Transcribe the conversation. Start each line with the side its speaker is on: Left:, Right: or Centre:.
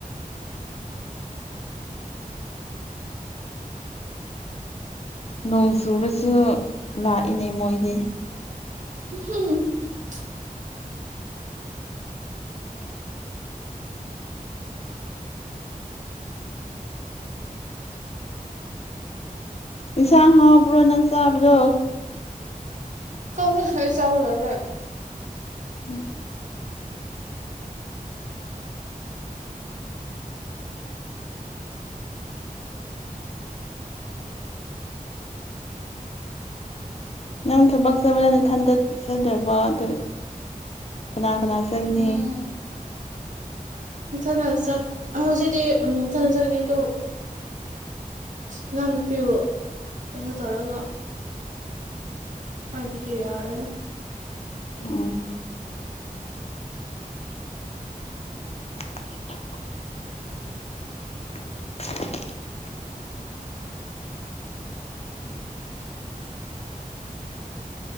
Left: ꯅꯣꯡ ꯆꯨꯔꯁꯨ ꯂꯥꯛꯏꯅꯦ ꯃꯣꯏꯗꯤ
Right: <unintelligible>
Left: ꯏꯟꯁꯥꯡ ꯍꯥꯎꯕ꯭ꯔꯣ ꯅꯪ ꯆꯥꯕꯗꯣ
Right: ꯀꯪꯑ ꯑꯩ ꯆꯕ ꯂꯣꯏꯔꯦ
Left: ꯎꯝ ꯅꯪ ꯊꯕꯛ ꯆꯕꯗ ꯅꯊꯟꯇ ꯆꯗꯔꯕꫭ ꯑꯗꯨ ꯀꯅꯥ ꯀꯅꯥ ꯆꯠꯒꯅꯤ
Right: ꯎꯝ ꯏꯊꯅ ꯍꯧꯖꯤꯛꯇꯤ ꯎꯝ ꯏ ꯊꯅ ꯆꯠꯅꯤ ꯑꯗꯣ ꯏꯅꯥꯎ ꯅꯨꯨꯄꯤꯕꯨ ꯀꯩꯅꯣ ꯇꯧꯔꯒ ꯍ ꯌꯥꯔ
Left: ꯑꯣꯝ <unintelligible> <unintelligible>